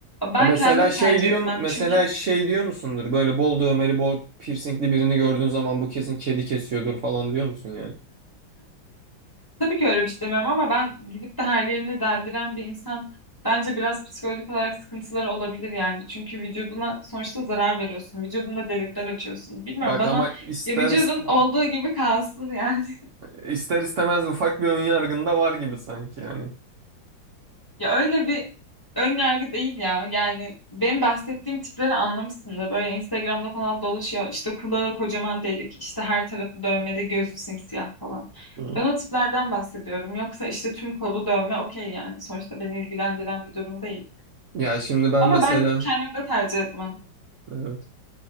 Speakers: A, on the left; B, on the right.
A: Ben
B: Ya mesela
A: kendim
B: şey
A: tercih
B: diyorsun,
A: etmem
B: mesela
A: çünkü
B: şey diyor musundur? Böyle bol dövmeli, bol piercingli birini gördüğün zaman bu kesin kedi kesiyordur falan diyor musun yani?
A: Tabii ki öyle bir şey demiyorum ama ben gidip de her yerini deldiren bir insan bence biraz psikolojik olarak sıkıntıları olabilir yani. Çünkü vücuduna sonuçta zarar veriyorsun. Vücudunda delikler açıyorsun. Bilmiyorum
B: Bak
A: bana
B: ama ister
A: ya vücudun
B: istemez,
A: olduğu gibi kalsın yani.
B: ister istemez ufak bir ön yargın da var gibi sanki yani.
A: Ya öyle bir ön yargı değil ya. Yani benim bahsettiğim tipleri anlamışsındır. Böyle Instagram'da falan dolaşıyor. İşte kulağı kocaman delik, işte her tarafı dövmeli, gözü simsiyah falan.
B: Hı.
A: Ben o tiplerden bahsediyorum. Yoksa işte tüm kolu dövme okey yani. Sonuçta beni ilgilendiren bir durum değil.
B: Ya şimdi ben
A: Ama
B: mesela
A: ben kendim de tercih etmem.
B: evet.